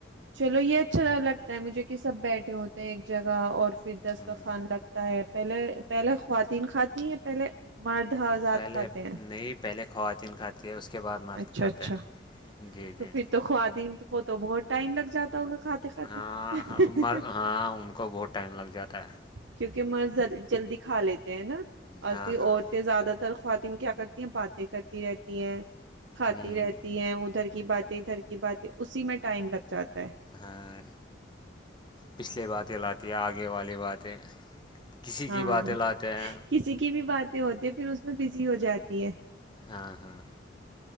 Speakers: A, on the right (about 80°); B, on the left (about 25°).
A: چلو یہ اچھا لگتا ہے مجھے کہ سب بیٹھے ہوتے ہیں ایک جگہ اور پھر دسترخوان
B: ہوں
A: لگ ہے پہلے پہلے خواتین کھاتی ہیں یا پہلے مرد حضرات
B: پہلے
A: کھاتے ہیں
B: نہیں پہلے خواتین کھاتی ہے اس کے بعد مرد
A: اچھا
B: کھاتے
A: اچھا
B: ہیں جی
A: تو
B: جی
A: پھر تو خواتین کو تو بہت ٹائم لگ جاتا ہوگا کھاتے کھاتے
B: ہاں ہم م ہاں ان کو بہت ٹائم لگ جاتا ہے
A: کیونکہ مرد جلدی کھا لیتے ہیں نا اور
B: ہاں
A: پھر
B: ہاں
A: عورتیں زیادہ تر خواتین کیا کرتی ہیں باتیں کرتی رہتی ہیں کھاتی
B: ہوں
A: رہتی ہیں ادھر کی باتیں ادھر کی باتیں اسی میں ٹائم لگ جاتا ہے
B: ہاں پچھلے باتیں لاتی ہے آگے والی باتیں کسی
A: ہاں
B: کی باتیں لاتے ہیں
A: کسی کی بھی باتیں ہوتی ہے پھر اس میں بزی ہو جاتی ہے
B: ہاں ہاں